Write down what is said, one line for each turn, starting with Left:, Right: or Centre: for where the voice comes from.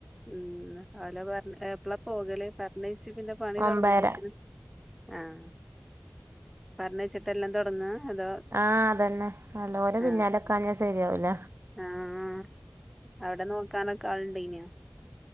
Centre: ഉം അവല പറ എപ്പളാ പോകലേ പറണഴിച്ച് പിന്നെ പണി തുടങ്ങുമ്പോത്തിന്
Right: ഒമ്പതര
Centre: ആഹ് പറഞ്ഞയച്ചിട്ടെല്ലാം തുടങ്ങുവാ അതോ
Right: ആഹ് അതന്നെ നല്ല പോലെ പിന്നാലൊക്കെഞ്ഞാൻ
Centre: ആഹ്
Right: ശരിയാവൂല
Centre: ആഹ് അവിടെ നോക്കാനൊക്കെ ആളുണ്ടേയിനു